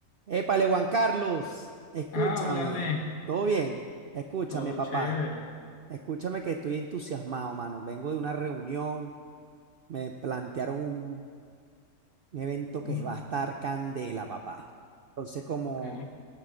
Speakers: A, on the right; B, on the left.
A: Épale, Juan Carlos, escúchame,
B: Háblame,
A: ¿todo bien? Escúchame,
B: todo
A: papá,
B: chévere.
A: escúchame que estoy entusiasmado, mano. Vengo de una reunión, me plantearon un, un evento que
B: Mm,
A: va a estar candela, papá. Entonces, como,
B: ok,